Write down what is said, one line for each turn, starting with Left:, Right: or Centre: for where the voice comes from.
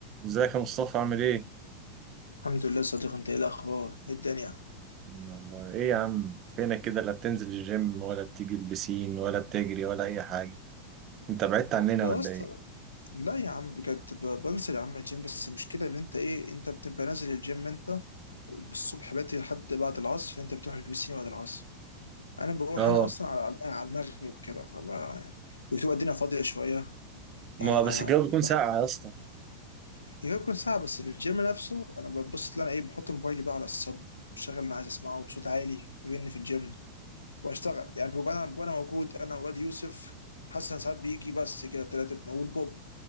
Right: ازيك يا مصطفى عامل ايه؟
Left: الحمد لله صديق انت ايه الاخبار ايه الدنيا
Right: والله ايه يا عم فينك كده لا بتنزل الجيم ولا بتيجي البسين ولا بتجري ولا اي حاجة انت بعدت عننا
Left: والله
Right: ولا
Left: يا اسطى
Right: ايه؟
Left: لا يا عم بجد ب- بنزل يا عم الجيم بس المشكله ان انت ايه انت بتبقى نازل الجيم انت الصبح بدري لحد بعد العصر انت بتروح البسين بعد العصر انا بروح
Right: اه
Left: انا اصلا على على المغ- على المغرب كده فما بتبقى الدنيا فاضيه شويه
Right: ما
Left: ب-
Right: بس الجو بيكون
Left: بحب
Right: ساقع يا اسطى
Left: يبقى يكون ساعه بس في الجيم نفسه انا ببص ان انا ايه بحط موبايلي بقى على الصب بشغل اللي انا عايز اسمعه بصوت عالي بما اني في الجيم واشتغل يعني ببقى انا وانا موجود انا وواد يوسف حسن ساعات بيجي بس كده ثلاثتنا والبوب